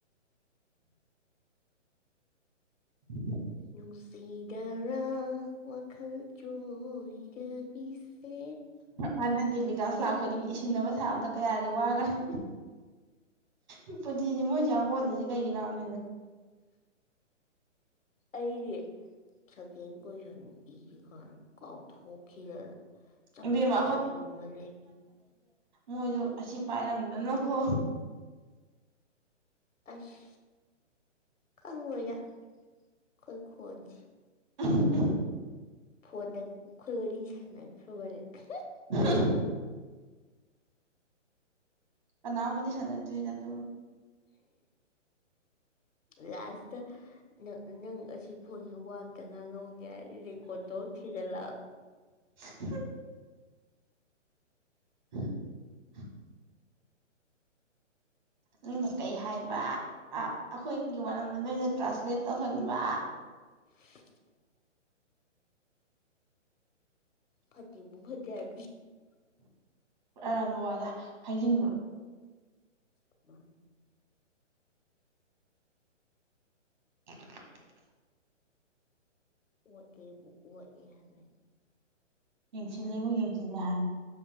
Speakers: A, on the right (about 35°); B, on the left (about 90°).
A: ꯎ
B: ꯅꯨꯡꯁꯤꯗꯔꯥ ꯋꯥꯈꯜ ꯆꯣꯏꯗꯕꯤꯁꯦ
A: ꯍꯟꯗꯛꯇꯤ ꯕꯤꯀꯥꯁ ꯂꯥꯛꯄꯗꯤꯡ ꯏꯁꯤꯟꯅꯕ ꯁꯥꯕꯗ ꯀꯌꯥꯗꯤ ꯋꯥꯒꯅꯦ ꯎ ꯄꯨꯗꯤꯗꯤ ꯃꯣꯏꯁꯦ ꯌꯥꯝ ꯑꯣꯜꯂꯤꯁꯦ ꯀꯩꯒꯤ ꯅꯍꯅꯤꯗ
B: ꯑꯩꯁꯦ ꯁꯀꯦꯟ ꯀꯣꯏꯁꯟ ꯏꯁꯦ ꯈꯥ ꯀꯥꯎꯊꯣꯛꯈꯤꯔ ꯆꯞ
A: ꯏꯕꯦꯝꯃ
B: ꯆꯞ ꯆꯞ ꯌꯨꯡꯒꯅꯦ
A: ꯃꯣꯏꯗꯣ ꯑꯁꯤ ꯄꯥꯏꯔꯝꯗꯅꯀꯣ
B: ꯑꯁ ꯈꯪꯉꯣꯏꯔ ꯑꯩꯈꯣꯏ ꯈꯣꯟꯁꯤꯦ
A: <unintelligible>
B: ꯐꯣꯟꯗ ꯑꯩꯈꯣꯏ ꯋꯥꯔꯤ ꯁꯥꯟꯅꯈ꯭ꯔꯕꯅꯦꯦ
A: <unintelligible> ꯑꯅꯥ ꯃ ꯁꯅ ꯑꯗꯨꯗ ꯇ
B: ꯂꯥꯁꯇ ꯅꯪ ꯑꯁꯤ ꯐꯣꯟꯁꯦ ꯋꯥꯝꯇ ꯉꯥꯡꯍꯧꯅꯦ ꯐꯔꯤꯀꯣ ꯇ ꯊꯒꯂ
A: ꯎ ꯍ <unintelligible> ꯅꯣꯏꯅ ꯀꯩ ꯍꯥꯏꯕ ꯑꯩꯈꯣꯏꯒꯤ ꯃꯔꯝꯗ ꯅꯣꯏꯅ ꯇ꯭ꯔꯥꯟꯁꯂꯦꯠ ꯇꯧꯍꯟꯕ
B: <unintelligible> ꯐꯇꯕꯨ ꯃꯖꯥꯤ
A: ꯑꯔꯥꯟꯕ ꯋꯥꯗ ꯍꯥꯏꯖꯤꯟꯕ꯭ꯔꯣ
B: <unintelligible>
A: <unintelligible>
B: ꯎꯠꯒꯤꯕꯨ ꯎꯠꯒꯤ ꯍꯥꯏꯂꯣꯏ
A: ꯏꯂꯕꯨ ꯌꯦꯡꯁꯤ ꯂꯦ ꯍꯥꯏ